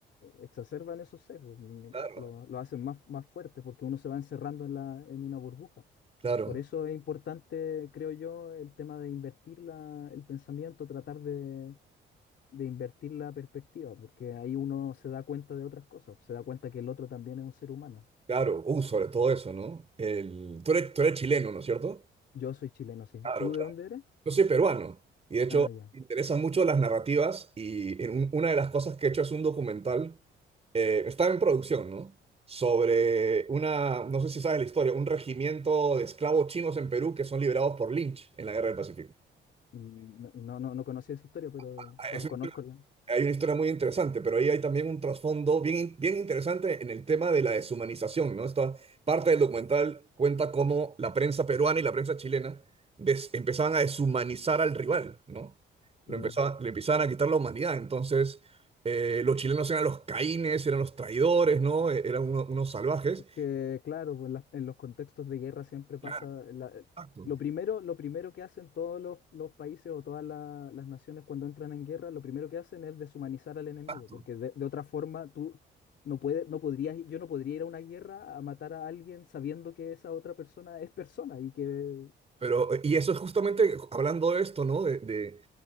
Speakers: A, on the left (about 65°); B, on the right (about 30°).
A: exacerban esos sesgos, no-
B: Claro.
A: no- lo, lo hacen más, más fuerte porque uno se va encerrando en la, en una burbuja.
B: Claro.
A: Por eso es importante, creo yo, el tema de invertir la, el pensamiento, tratar de, de invertir la perspectiva, porque ahí uno se da cuenta de otras cosas, se da cuenta que el otro también es un ser humano.
B: Claro, uh, sobre todo eso, ¿no? El, tú eres, tú eres chileno, ¿no es cierto?
A: Yo soy chileno, sí.
B: Claro,
A: ¿Tú
B: claro.
A: de dónde eres?
B: Yo soy peruano y de hecho
A: Ah, ya.
B: me interesan mucho las narrativas y en un- una de las cosas que he hecho es un documental, eh, está en producción, ¿no? Sobre una, no sé si sabes la historia, un regimiento de esclavos chinos en Perú que son liberados por Lynch en la Guerra del Pacífico.
A: Mm, No, no, no no conocí esa historia, pero
B: Ah,
A: con-
B: Es una
A: conozco
B: historia
A: la...
B: Hay una historia muy interesante, pero ahí hay también un trasfondo bien, bien interesante en el tema de la deshumanización, ¿no? Esta parte del documental cuenta cómo la prensa peruana y la prensa chilena des- empezaban a deshumanizar al rival, ¿no? Lo
A: Sí.
B: empezaba- le empezaban a quitar la humanidad. Entonces, eh, los chilenos eran los caínes, eran los traidores, ¿no? E- Eran uno- unos, salvajes.
A: Es que, claro, pues, en las- en los contextos de guerra siempre pasa.
B: Claro,
A: eh, la- eh,
B: exacto,
A: lo primero, lo primero que hacen todos los, los países o todas la- las naciones cuando entran en guerra, lo primero que hacen es deshumanizar al
B: exacto.
A: enemigo, porque de, de otra forma tú no puedes, no podrías, yo no podría ir a una guerra a matar a alguien sabiendo que esa otra persona es persona y que
B: Pero, y eso es justamente hablando de esto, ¿no? De, de